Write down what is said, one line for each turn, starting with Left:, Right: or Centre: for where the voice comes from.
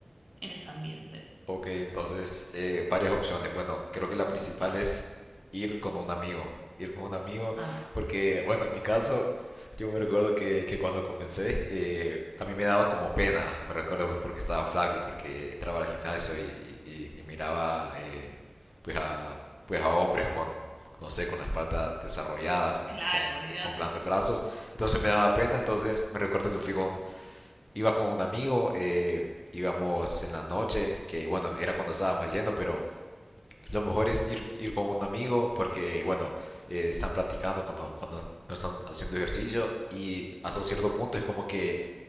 Right: en ese ambiente.
Left: Ok, entonces eh, varias opciones. Bueno, creo que la
Right: Uy,
Left: principal
Right: bueno.
Left: es ir con un amigo. Ir con un amigo,
Right: Ah,
Left: porque, bueno, en mi caso, yo me recuerdo que, que cuando comencé, eh, a mí me daba como pena. Me recuerdo pues, porque estaba flaco y porque entraba al gimnasio y, y- y miraba eh, pues, a, pues a hombres con, no sé, con la espalda desarrollada, con,
Right: claro,
Left: con,
Right: olvídate.
Left: con grandes brazos. Entonces me daba pena. Entonces me recuerdo que fui con, iba con un amigo, eh, íbamos en la noche, que bueno, era cuando estábamos yendo, pero lo mejor es ir, ir con un amigo porque, bueno, eh, están platicando cuando, cuando no están haciendo ejercicio y hasta cierto punto es como que